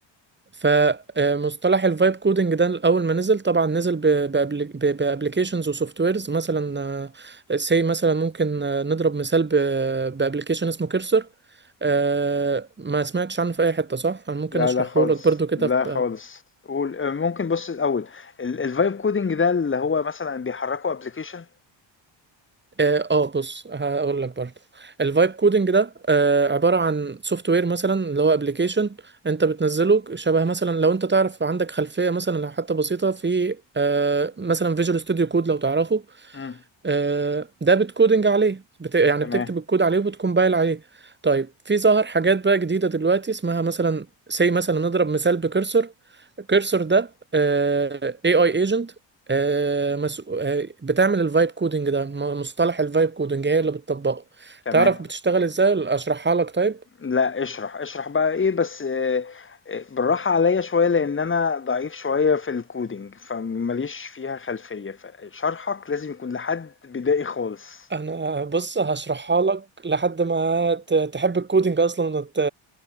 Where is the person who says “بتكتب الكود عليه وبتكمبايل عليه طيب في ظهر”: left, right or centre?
Right